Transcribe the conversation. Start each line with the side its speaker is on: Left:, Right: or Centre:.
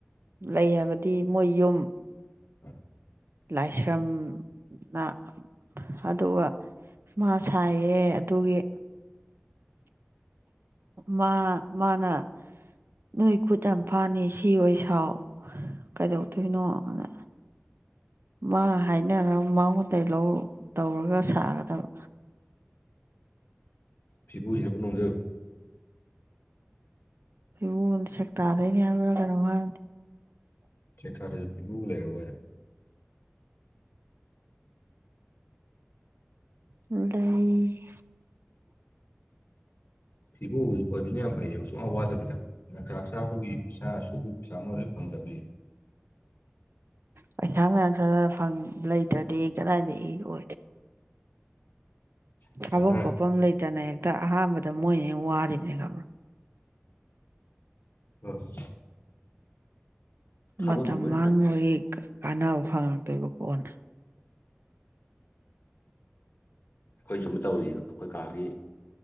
Right: ꯂꯩ ꯍꯥꯏꯕꯗꯤ ꯃꯣꯏ ꯌꯨꯝ
Left: ꯎꯝ <unintelligible>
Right: ꯂꯥꯏꯁ꯭ꯔꯝꯅ ꯑꯗꯨꯒ ꯃꯥ ꯁꯥꯏꯌꯦ ꯑꯗꯨꯒꯤ ꯃꯥ ꯃꯥꯅ ꯅꯣꯏ ꯈꯨꯠ ꯌꯥꯝ ꯐꯥꯅꯤ ꯁꯤ ꯑꯣꯏ ꯁꯥꯎ <inaudible> ꯀꯩꯗꯧꯗꯣꯏꯅꯣꯅ ꯃꯥ ꯍꯥꯏꯅꯔꯒ ꯃꯉꯣꯟꯗ ꯂꯧ ꯇꯧꯔꯒ ꯁꯥꯒꯗꯕ
Left: ꯐꯤꯕꯨꯁꯤꯅ ꯄꯨꯟꯅ <inaudible>
Right: ꯢꯄꯨꯡꯉꯣꯗꯨ ꯁꯦꯛꯇꯗꯩꯔ ꯍꯥꯏꯕ꯭ꯔꯥ ꯀꯩꯅꯣꯝ ꯍꯥꯏꯕꯅꯤ
Left: ꯁꯦꯛꯇꯥꯗꯁꯨ ꯄꯤꯕꯨ ꯂꯩꯔꯥꯕꯣꯏꯔꯦ
Right: ꯂꯩ
Left: ꯐꯤꯕꯨ ꯑꯣꯏꯕꯁꯤꯅ ꯌꯥꯝ ꯐꯩꯌꯦꯕꯥ ꯁꯨꯡꯋꯥ ꯋꯥꯗꯕꯤꯗ ꯂꯪꯆꯥꯛ ꯆ꯭ꯥꯛꯄꯒꯤ ꯄꯩꯁꯥ ꯁꯨꯕꯥ ꯆꯥꯝꯕꯒꯤ ꯃꯣꯏ ꯂꯣꯏ ꯄꯥꯝꯖꯕꯤ
Right: ꯄꯩꯁꯥ ꯃꯌꯥꯝ ꯈ <inaudible> ꯐꯪ ꯂꯩꯇ꯭ꯔꯗꯤ ꯀꯗꯥꯏꯗꯒꯤ ꯑꯣꯏ
Left: ꯄꯩꯁꯥ
Right: ꯊꯥꯐꯝ
Left: ꯈꯔ
Right: ꯈꯣꯠꯐꯝ ꯂꯩꯇꯅ ꯍꯦꯛꯇ ꯑꯍꯥꯟꯕꯗ ꯃꯣꯏꯅ ꯍꯦꯟꯅ ꯋꯥꯔꯤꯕꯅꯦ ꯈꯪꯕ꯭ꯔꯥ
Left: ꯎꯝ <inaudible> ꯊꯥꯐꯝꯗꯤ
Right: ꯃꯇꯝ
Left: ꯃꯣꯏꯅ
Right: ꯃꯥꯡꯕꯒꯤ ꯀꯥꯟꯅꯕ ꯐꯪꯉꯛꯇꯣꯏꯕ ꯀꯣꯟꯅ
Left: ꯑꯩꯈꯣꯏ ꯁ ꯑꯃ ꯇꯧꯔꯤ ꯑꯩꯈꯣꯏ ꯀꯥꯒꯤ